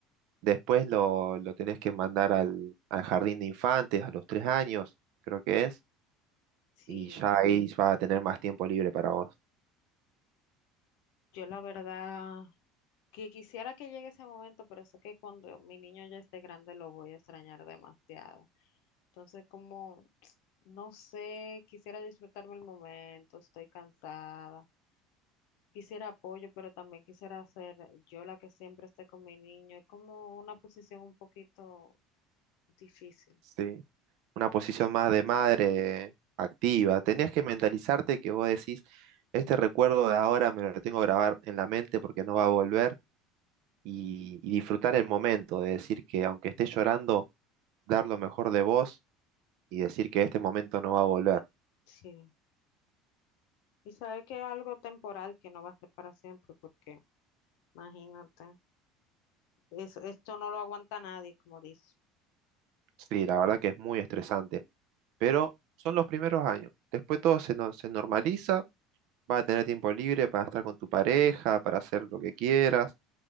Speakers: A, on the right; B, on the left.
A: Después lo, lo tenés que mandar al, al jardín de infantes a los tres años, creo que es,
B: Sí,
A: y ya ahí va a tener más tiempo libre para vos.
B: yo la verdad. que quisiera que llegue ese momento, pero sé que cuando mi niño ya esté grande lo voy a extrañar demasiado. Entonces, como, <tsk> no sé, quisiera disfrutarme el momento, estoy cansada, quisiera apoyo, pero también quisiera ser yo la que siempre esté con mi niño. Es como una posición un poquito difícil.
A: Sí. Una posición más de madre activa. Tenés que mentalizarte que vos decís, este recuerdo de ahora me lo tengo que grabar en la mente porque no va a volver y, y disfrutar el momento, de decir que aunque estés llorando, dar lo mejor de vos y decir que este momento no va a volver.
B: Sí. Y sabe que es algo temporal que no va a ser para siempre, porque imagínate, eso, esto no lo aguanta nadie, como dice.
A: Sí, la verdad que es muy estresante, pero son los primeros años. Después todo se, no- se normaliza, vas a tener tiempo libre para estar con tu pareja, para hacer lo que quieras.